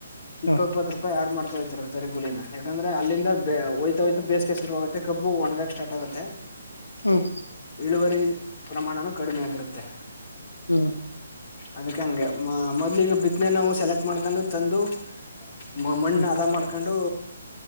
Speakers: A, on the left (about 35°); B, on the left (about 80°).
A: ಇಪ್ಪಪ್ಪತ್ತು
B: ಹ
A: ರೂಪಾಯಿ ಆಡ್ ಮಾಡ್ತ ತರ ತರಿಗುಲಿನ ಯಾಕಂದ್ರೆ ಅಲ್ಲಿಂದ ಬ ಹಯ್ತೋಯ್ತ ಬೇಸಿಗೆಗೆ ಶುರು ಆಗುತ್ತೆ ಕಬ್ಬ ಒಣಗಕ ಸ್ಟಾರ್ಟ್ ಆಗುತ್ತೆ.
B: ಹ್ಮ್
A: ಇಳುವರಿ ಪ್ರಮಾಣನು ಕಡಿಮೆ ಆಗಿರುತ್ತೆ.
B: ಹ್ಮ
A: ಅದಕ್ಕೆ ಹಂಗೆ ಮೊದ್ಲ ಈಗ ಬಿತ್ತನೆ ನಾವು ಸೆಲೆಕ್ಟ್ ಮಾಡ್ಕೊಂಡು ತಂದು‌ ಮಮ್ಮಣ್ಣ
B: ಹ್ಮ್
A: ಅದ ಮಾಡ್ ಕೊಂಡು